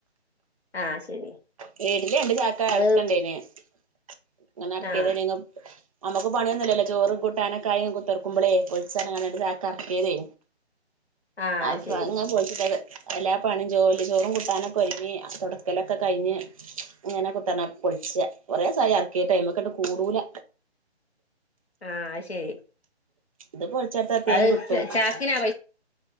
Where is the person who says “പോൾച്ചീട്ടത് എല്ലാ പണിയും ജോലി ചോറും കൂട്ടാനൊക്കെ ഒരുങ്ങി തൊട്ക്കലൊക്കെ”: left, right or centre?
Right